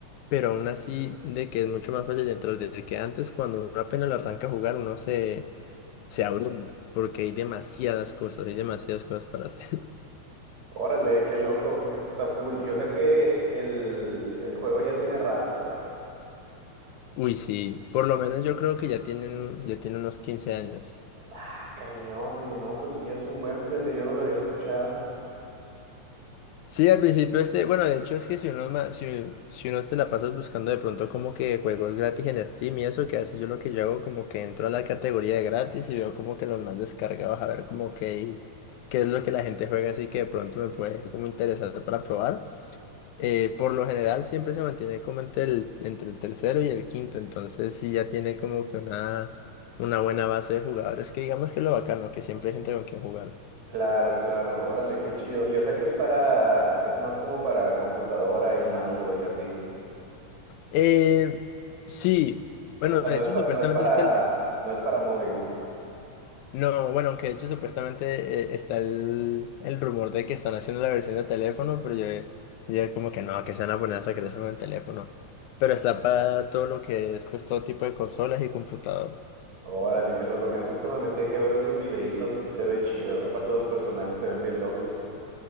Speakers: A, on the left; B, on the right.
A: pero aún así de que es mucho más fácil de entrar desde que antes cuando uno apenas lo arranca a jugar uno se, se abruma porque hay demasiadas cosas, hay demasiadas cosas para hacer.
B: Órale, qué loco, eso está cool. Yo sé que el, el juego ya tiene rato, pues.
A: <laughs> Uy, sí, por lo menos yo creo que ya tienen, ya tiene unos 15 años.
B: Ah, cañón, oye, no, pues sí, ya es un buen, fíjate, yo no lo había escuchado.
A: Sí, al principio este, bueno, de hecho es que si uno, ma- si, si uno te la pasas buscando de pronto como que juegos gratis en Steam y eso, que a veces yo lo que yo hago como que entro a la categoría de gratis y veo como que los más descargados a ver como que qué es lo que la gente juega, así que de pronto me puede como interesar para probar. Eh, por lo general siempre se mantiene como entre el, entre el tercero y el quinto, entonces sí ya tiene como que una, una buena base de jugadores, que digamos que es lo bacano, que siempre hay gente con quien jugar.
B: Claro, claro, órale, qué chido. Yo sé que es para, es más como para computadora y mando y así.
A: Eh, sí, bueno,
B: O sea,
A: de
B: no
A: hecho
B: es pa-
A: supuestamente
B: no es para,
A: está el... eh,
B: no es para móvil.
A: No, bueno, aunque de hecho supuestamente eh, está el, el rumor de que están haciendo la versión de teléfono, pero yo, yo como que no, que se van a poner a sacar eso en teléfono. Pero está para todo lo que es, pues todo tipo de consolas y computador.
B: Órale, qué loco. Mira, justo me metí aquí a ver unos videitos y se ve chido. Aparte, los personajes se ven bien locos.